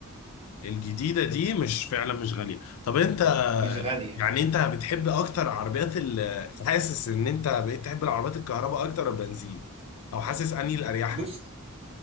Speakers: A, on the left (about 80°); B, on the right (about 25°).
A: الجديدة دي مش فعلا مش غالية طب انت
B: مش غاليه
A: يعني انت بتحب اكتر عربيات ال حاسس ان انت بقيت تحب العربيات الكهرباء اكتر ولا البنزين او حاسس انهي الاريح
B: بص
A: لك